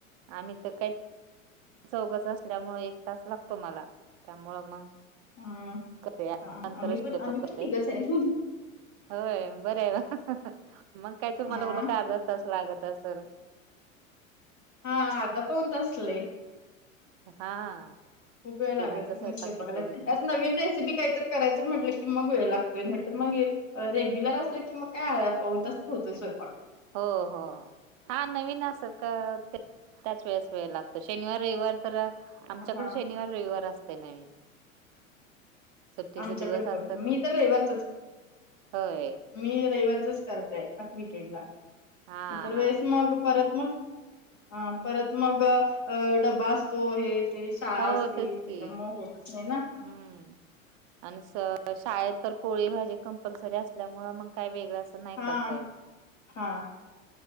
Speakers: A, on the right; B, on the left.
A: आम्ही तर काही चौघच असल्यामुळे एक तास लागतो मला, त्यामु म
B: हा
A: कते आठ
B: हा.
A: नंतरच
B: आम्ही
A: शिकतो
B: पण आम्ही
A: कते.
B: पण तिघच आहे
A: होय बर आहे, मग काय तुम्हाला
B: हा
A: उलट अर्धा तास लागत असल.
B: हा अर्धा पाऊन तास लई.
A: हा.
B: खूप वेळ लागतच
A: तिघांचा स्वयंपाक
B: नाही स्वयंपाकाला
A: किती
B: त्यात नवीन रेसिपी काहीतर करायचं म्हटलं की मग वेळ लागतोय न तर मग रेग्युलर असलं की मग काय पाहून तासात होतोय स्वयंपाक.
A: हो हो हा नवीन असत का त्याच वेळेस वेळ लागतो शनिवार रविवार तर आमच्याकडे
B: हा
A: शनिवार रविवार असते नवीन सुट्टीचे
B: आमच्याकड
A: दिवस असतात
B: पण मी
A: ना
B: तर रविवारचच.
A: होय
B: मी रविवारचच करतोय आठ विकेड ला
A: हा
B: इतर
A: हा
B: वेळेस मग परत मग ह परत मग अ डबा असतो हे. ते शाळा
A: हो
B: असतील
A: तेच
B: त्याच्या
A: की
B: मग होतच नाही ना.
A: हम्म आणि शाळेत तर पोळी भाजी कंपल्सरी असल्यामुळे मग काय वेगळां अस. नाही
B: हा
A: करता येत.
B: हा